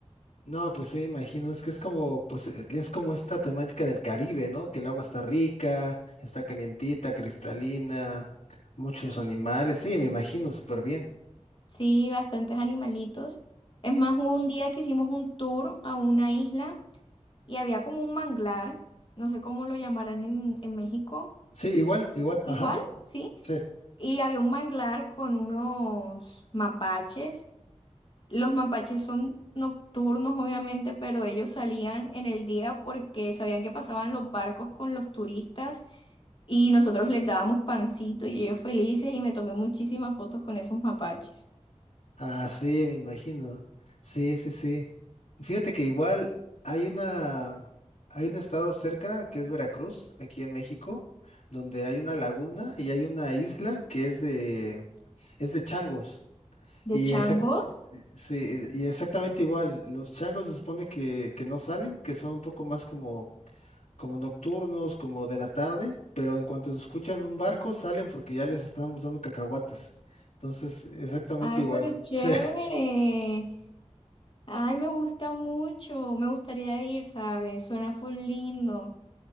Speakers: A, on the left; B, on the left.
A: No, pues sí, me imagino, es que es como, pues, eh, es como esta temática del Caribe, ¿no? Que el agua está rica, está calientita, cristalina, muchos animales. Sí, me imagino, súper bien.
B: Sí, bastantes animalitos. Es más, hubo un día que hicimos un tour a una isla y había como un manglar, no sé cómo lo llamarán en, en México.
A: Sí, igual, igual,
B: Igual,
A: ajá.
B: sí.
A: sí.
B: Y había un manglar con unos mapaches. Los mapaches son nocturnos, obviamente, pero ellos salían en el día porque sabían que pasaban los barcos con los turistas y nosotros les dábamos pancito y ellos felices y me tomé muchísimas fotos con esos mapaches.
A: Ah, sí, me imagino. Sí, sí, sí. Fíjate que igual hay una, hay un estado cerca que es Veracruz, aquí en México, donde hay una laguna y hay una isla que es de, es de changos.
B: ¿De
A: Y
B: changos?
A: exact- sí, y exactamente igual, los changos se supone que, que no salen, que son un poco más como, como nocturnos, como de la tarde, pero en cuanto escuchan un barco salen porque ya les estamos dando cacahuates. Entonces, exactamente
B: Ay,
A: igual.
B: pero chévere.
A: <laughs> Sí.
B: Ay, me gusta mucho. Me gustaría ir, ¿sabes? Suena full lindo.